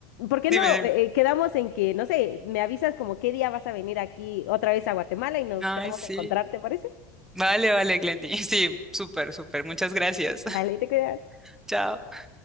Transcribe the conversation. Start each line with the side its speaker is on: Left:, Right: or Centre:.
Left: por qué
Centre: dime,
Left: no
Centre: dime.
Left: eh, eh, quedamos en que, no sé, me avisas como qué día vas a venir aquí otra vez a Guatemala y nos
Centre: Ay,
Left: quedamos
Centre: sí.
Left: a encontrarte, ¿parece?
Centre: Vale, vale, Glendy. <laughs> Sí, súper, súper. Muchas gracias.
Left: Dale,
Centre: <laughs>
Left: te cuidas.
Centre: Chao.